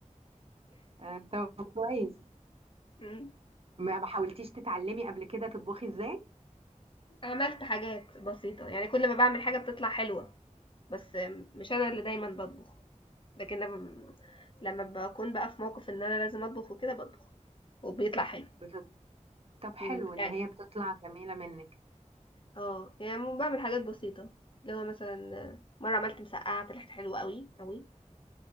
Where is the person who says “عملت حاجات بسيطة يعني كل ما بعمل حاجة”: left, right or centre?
Left